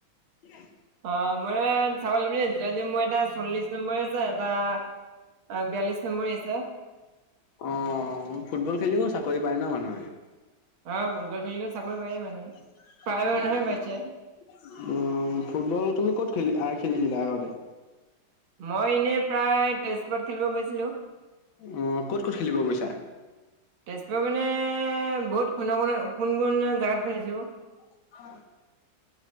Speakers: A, on the left; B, on the right.
A: <inaudible>
B: অ', মই মানে চাব লাগিব দেই, জোতাযোৰ মোৰ এটা চল্লিশ নম্বৰ আছে, এটা অ', বিয়ালিছ নম্বৰী আছে।
A: অ', ফুটবল খেলিও চাকৰি পায় ন মানুহে? <unintelligible>
B: অ ফুটবল খেলিলে চাকৰি পায়েই মানুহে প্ৰায় মানুহে পাইছে
A: অ', ফুটবল তুমি ক'ত খেলি-আ খেলিছিলা আগতে?
B: মই এনেই প্ৰায় তেজপুৰত খেলিব গৈছিলোঁ।
A: অ', ক'ত ক'ত খেলিব গৈছা?
B: তেজপুৰতে মানে বহুত কোণ-কোণ, কোন কোন জেগাত খেলিছোঁ।
A: <inaudible>